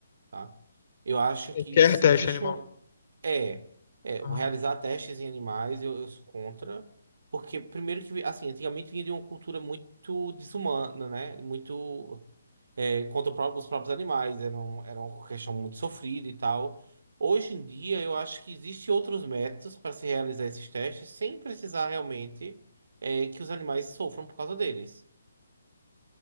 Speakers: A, on the right; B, on the left.
A: tá? Eu acho
B: Qualquer
A: que se
B: teste
A: existe
B: animal.
A: um. É, é
B: Aham.
A: realizar testes em animais, eu, eu sou contra, porque, primeiro, que, assim, antigamente vinha de uma cultura muito desumana, né? Muito é, contra o pró- os próprios animais. Era, um- era uma questão muito sofrida e tal. Hoje em dia, eu acho que existem outros métodos para se realizar esses testes sem precisar realmente é, que os animais sofram por causa deles.